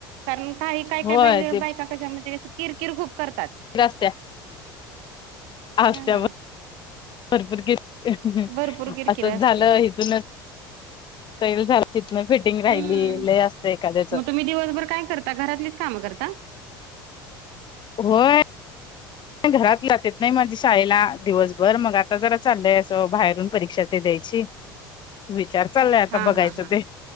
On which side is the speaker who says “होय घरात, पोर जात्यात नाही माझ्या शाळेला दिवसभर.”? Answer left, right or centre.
Left